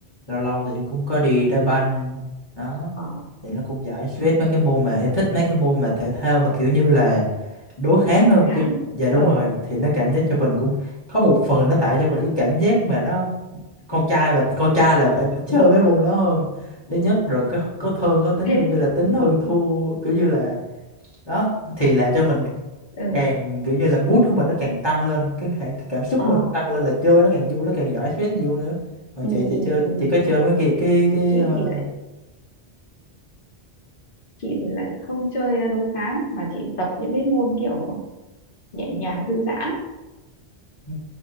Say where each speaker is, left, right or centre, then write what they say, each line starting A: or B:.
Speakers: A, on the left; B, on the left.
A: lâu lâu thì em cũng có đi đá banh đó
B: ờ
A: thì nó cũng giải stress mấy cái môn mà em thích mấy cái môn mà thể thao mà kiểu như là đối kháng
B: cuối
A: hơn
B: tháng
A: kiểu dạ đúng
B: ờ
A: rồi thì nó cảm giác
B: ừ,
A: cho mình cũng có một phần nó tạo cho mình cái cảm giác mà nó con trai và con trai là phải <laughs> chơi mấy môn đó hơn thứ nhất rồi có có thương có tính
B: thế
A: kiểu như là tính hơn thua kiểu như là đó thì làm cho mình
B: ừ
A: càng kiểu như là mood của mình nó càng tăng lên cái khả- cái cảm xúc
B: ờ
A: của mình nó tăng lên là chơi nó càng vui nó càng giải stress nhiều hơn nữa còn
B: ừ,
A: chị
B: ừ,
A: chị chơi
B: ừ.
A: chị có chơi mấy cái cái cái
B: chị
A: uh...
B: thì lại chị thì lại không chơi à, đối kháng mà chị tập những cái môn kiểu nhẹ nhàng thư giãn
A: Ừ.